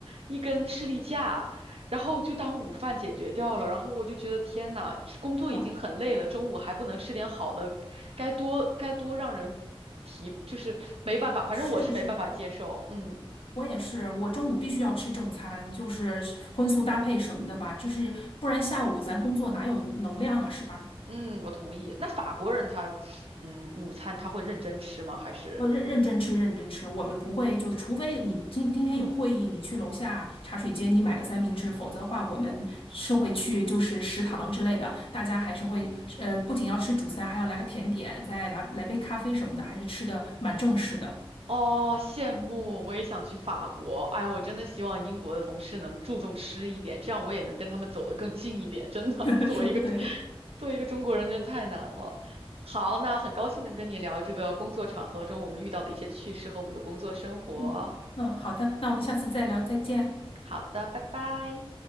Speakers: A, on the right (about 75°); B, on the left (about 65°).
A: 一根士力架，然后就当午饭解决掉了。然后我就觉得天呐，工作已经很累了，
B: 哇，
A: 中午还不能吃点好的，该多该多让人疲，就是没办法，反正我是没办法接受。
B: 是是是，
A: 嗯
B: 我也是，我中午必须要吃正餐，就是荤素搭配什么的吧，这是不然下午咱工作哪有能量啊，是吧？
A: 嗯，我同意。那法国人他，嗯，午餐他会认真吃吗？还是？
B: 呃，认认真吃，认真吃。我们不会，就是除非你今今天有会议，你去楼下茶水间，你买个三明治，否则的话，我们是会去就是食堂之类的。大家还是会，呃，不仅要吃主餐，还要来个甜点，再来来杯咖啡什么的，还是吃的蛮正式的。
A: 哦，羡慕，我也想去法国。哎，我真的希望英国的同事能注重吃一点，这样我也能跟他们走得更近一点。真的，
B: <laughs>
A: <laughs> 作为一个中
B: 说的对，
A: 作为一个中国人，真的太难了。好，那很高兴能跟你聊这个工作场合中我们遇到的一些趣事和我们的工作生活。
B: <laughs> 嗯嗯，好的，那我们下次再聊，再见。
A: 好的，拜拜。